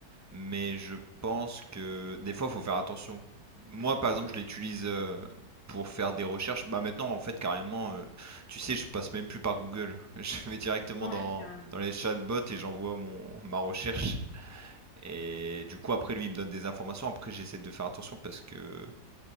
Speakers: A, on the right; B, on the left.
A: Mais je pense que des fois, il faut faire attention. Moi, par exemple,
B: Mm.
A: je l'utilise euh, pour faire des recherches. Bah maintenant, en fait, carrément, euh, tu sais, je passe même plus par Google. <laughs> Je vais directement
B: Ouais,
A: dans,
B: carrément.
A: dans les chatbots et j'envoie mon ma recherche. Et du coup, après, lui, il me donne des informations. Après, j'essaie de faire attention parce que